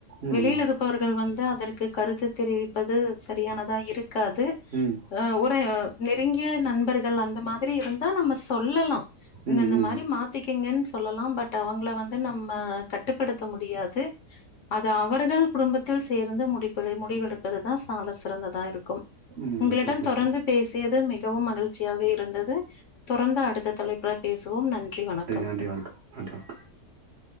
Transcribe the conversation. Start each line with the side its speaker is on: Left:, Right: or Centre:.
Right: ம்
Left: வெளியில்
Right: ம்
Left: இருப்பவர்கள் வந் அதற்கு கருத்து தெரிவிப்பது சரியானதா இருக்காது
Right: ம்
Left: <unintelligible> நெருங்ய நண்பர்கள் அந்த மாதுரி இருந்தா நம்ம சொல்லலா இந்தந்த
Right: ம் ம்
Left: மாரி மாத்திக்கிங்கன் சொல்லலா பட் அவங்ள வந்து நம்ம கட்டுப்படுத்த முடியாது அது அவர்கள் குடும்பத்தில் சேர்ந்து முடிப்பரு முடிவெடுப்பதுதா சாலஸ் பிறந்ததா இருக்கும்
Right: ம்
Left: உங்களிடம்
Right: சிறப்பு
Left: தொடர்ந்து
Right: சிறப்பு
Left: பேசியது மிகவும் மகிழ்ச்சியாக இருந்தது தொரந்து அடுத்த தலைப்புல பேசுவோம் நன்றி வணக்கம்
Right: நன்றி வணக்கம் நன்றி வணக்கம்